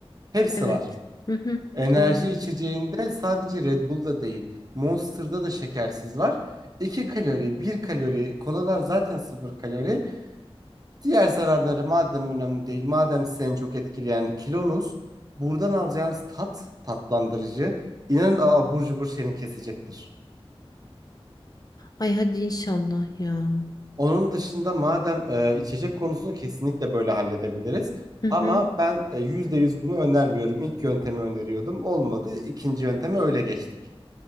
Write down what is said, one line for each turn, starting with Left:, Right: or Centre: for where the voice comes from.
Right: Hepsi
Left: Evet.
Right: var.
Left: Hı hı.
Right: Enerji
Left: Doğru.
Right: içeceğinde sadece Red Bull'da değil, Monster'da da şekersiz var. 2 kalori, bir kalori, kolalar zaten sıfır kalori. Diğer zararları madem önemli değil, madem seni çok etkileyen kilonuz, buradan alacağınız tat, tatlandırıcı, inanın abur cubur seni kesecektir.
Left: Ay hadi inşallah ya.
Right: Onun dışında madem e, içecek konusunu kesinlikle böyle halledebiliriz.
Left: Hı hı.
Right: Ama ben e, %100 bunu önermiyorum. İlk yöntemi öneriyordum. Olmadı. İkinci yönteme öyle geçtik.